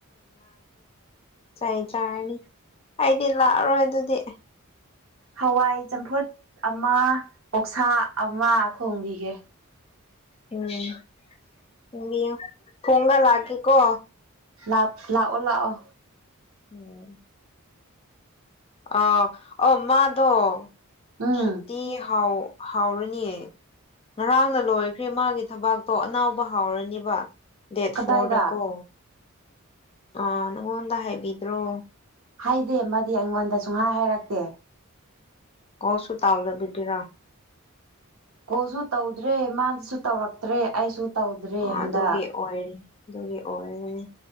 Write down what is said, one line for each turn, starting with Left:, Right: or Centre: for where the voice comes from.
Left: ꯆꯩ ꯆꯥꯔꯅꯤ ꯑꯩꯗꯤ ꯂꯥꯛꯑꯔꯣꯏ ꯑꯗꯨꯗꯤ
Right: ꯍꯋꯥꯏ ꯆꯝꯐꯨꯠ ꯑꯃ ꯑꯣꯛꯁꯥ ꯑꯃ ꯊꯣꯡꯕꯤꯒꯦ
Left: ꯎꯝ <unintelligible> ꯐꯣꯡꯒꯥ ꯂꯥꯛꯀꯦꯀꯣ
Right: ꯂꯥꯛꯑꯣ ꯂꯥꯛꯑꯣ
Left: ꯎꯝ ꯑ ꯑ ꯃꯥꯗꯣ
Right: ꯎꯝ
Left: ꯁꯨꯇꯤ ꯍꯥꯎ ꯍꯥꯎꯔꯅꯤꯌꯦ ꯉꯔꯥꯡꯅ ꯂꯣꯏꯈ꯭ꯔꯦ ꯃꯥꯒꯤ ꯊꯕꯥꯛꯇꯣ ꯑꯅꯥꯎꯕ ꯍꯥꯎꯔꯅꯤꯕ ꯗꯦꯠ
Right: ꯀꯗꯥꯏꯗ
Left: ꯐꯣꯔꯗꯀꯣ ꯑ ꯅꯉꯣꯟꯗ ꯍꯥꯏꯕꯤꯗ꯭ꯔꯣ
Right: ꯍꯥꯏꯗꯦ ꯃꯗꯤ ꯑꯩꯉꯣꯟꯗ ꯁꯨꯡꯍꯥꯏ ꯍꯥꯏꯔꯛꯇꯦ
Left: ꯀꯣꯁꯨ ꯇꯥꯎꯗꯕꯤꯗꯤꯔꯥ
Right: ꯀꯣꯜꯁꯨ ꯇꯧꯗ꯭ꯔꯦ ꯃꯥꯁꯨ ꯇꯧꯔꯛꯇ꯭ꯔꯦ ꯑꯩꯁꯨ ꯇꯧꯗ꯭ꯔꯦ ꯍꯟꯗꯛ
Left: ꯑꯗꯨꯒꯤ ꯑꯣꯏꯔꯦ ꯑꯗꯨꯒꯤ ꯑꯣꯏꯔꯦ